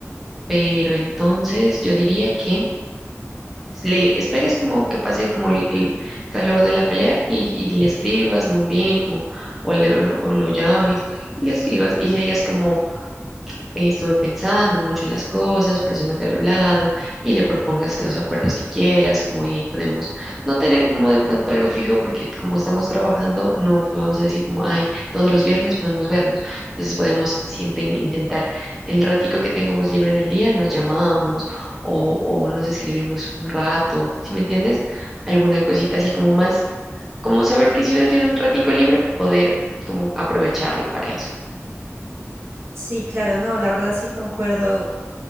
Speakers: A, in the centre; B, on the right.
A: pero entonces yo diría que... le esperes como que pase como el, el calor de la pelea y, y le escribas muy bien, como, o, le- o lo o lo llames y le escribas y le digas como eh, estuve pensando mucho en las cosas, por eso no te había hablado, y le propongas los acuerdos que quieras, como y podemos no tener como de pronto algo fijo, porque como estamos trabajando, no vamos a decir como, ay, todos los viernes podemos vernos. Entonces podemos siempre in- intentar el ratico que tengamos libre del día, nos llamamos o, o nos escribimos un rato, ¿sí me entiendes? Alguna cosita así como más, como saber que si uno tiene un ratico libre, poder como aprovecharlo para eso.
B: Sí, claro, no, la verdad sí concuerdo